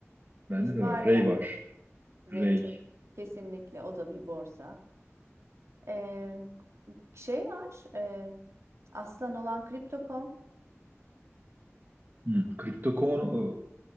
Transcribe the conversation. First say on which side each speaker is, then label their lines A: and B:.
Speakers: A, on the right; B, on the right.
A: Bende
B: BIF
A: de var.
B: var yani.
A: Ray var.
B: Ray
A: Ray.
B: çok Kesinlikle. O da bir borsa. Ee, şey var. ee, aslan olan Crypto.com.
A: Hı. Crypto.com